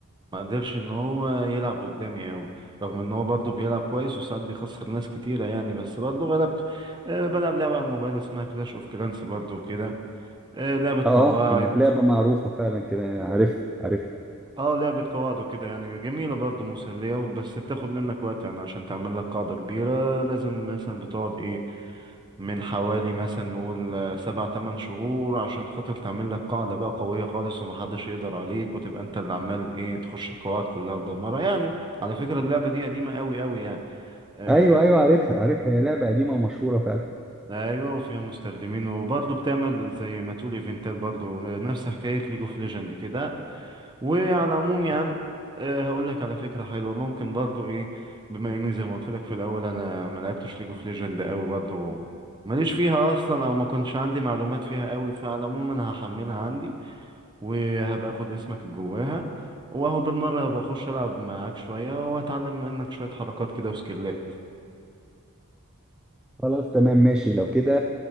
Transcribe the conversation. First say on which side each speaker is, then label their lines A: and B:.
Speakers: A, on the right (about 20°); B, in the centre.
A: ما قدرش إن هو يلعب قدامي أوي رغم إن هو برضه بيلعب كويس وساعات بيخسر ناس كتيرة يعني بس برضه غلبته آه بلعب لعبة على الموبايل اسمها كلاش أوف كلانس برضه وكده آه، لعبة
B: اه
A: قواعد
B: آه، كم- لعبة معروفة فعلا كده عارف عارف
A: اه لعبة قواعد وكده يعني جميلة برضه مسلية بس بتاخد منك وقت يعني عشان تعمل لك قاعدة كبيرة لازم مثلا بتقعد ايه من حوالي مثلا نقول آه، سبع تمن شهور عشان خاطر تعمل لك قاعدة بقى قوية خالص ومحدش يقدر عليك وتبقى انت اللي عمال ايه تخش القواعد كلها تدمرها يعني على فكرة اللعبة دي قديمة قوي قوي يعني آه
B: ايوه ايوه عارفها عارفها هي لعبه قديمه ومشهوره فعلا
A: ايوه وفيها مستخدمين وبرضه بتعمل زي ما تقول ايفنتات برضه نفس حكاية ليج اوف ليجند كده وعلى العموم يا عم أه هقول لك على فكرة حلوة ممكن برضو ايه بما اني زي ما قلت لك في الاول انا ما لعبتش ليج اوف ليجند قوي برضو ماليش فيها اصلا او ما كنتش عندي معلومات فيها قوي فعلى العموم انا هحملها عندي وهبقى اخد اسمك جواها واهو بالمرة هبقى اخش العب معاك شوية واتعلم منك شوية حركات كده وسكيلات
B: خلاص تمام ماشي لو كده